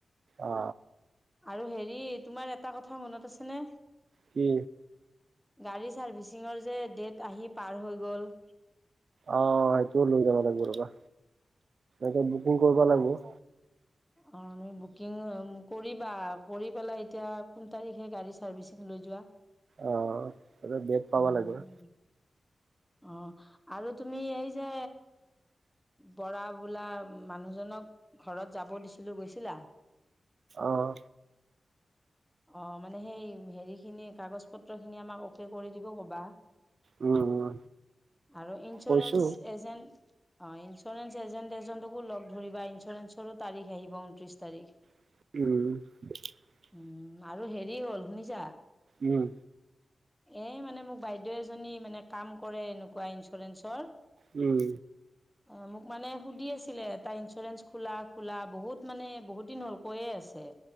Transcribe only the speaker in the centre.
আৰু হেৰি তোমাৰ এটা কথা মনত আছেনে?
গাড়ী চাৰ্ভিচিঙৰ যে ডেট আহি পাৰ হৈ গ'ল
অ তুমি বুকিং কৰিবা কৰি পেলাই এতিয়া কোন তাৰিখে গাড়ী চাৰ্ভিচিং লৈ যোৱা
উম,
অ আৰু তুমি এই যে বৰা বোলা মানুহজনক ঘৰত যাব দিছিলো গৈছিলা
অ মানে সেই হেৰি খিনি কাগজ পত্ৰ খিনি আমাক অকে কৰি দিব কবা
আৰু ইঞ্চুৰেঞ্চ
এজেণ্ট অ ইঞ্চুৰেঞ্চ এজেণ্ট এজনকো লগ ধৰিবা ইঞ্চুৰেঞ্চৰো তাৰিখ আহিব ঊনত্ৰিশ তাৰিখ
উম আৰু হেৰি হ'ল শুনিছা
এ মানে মোক বাইদেউ এজনী মানে কাম কৰে এনেকুৱা ইঞ্চুৰেঞ্চৰ
অ মোক মানে সুধি আছিলে তাৰ ইঞ্চুৰেঞ্চ খোলা খোলা বহুত মানে বহুত দিন হ'ল কৈয়ে আছে।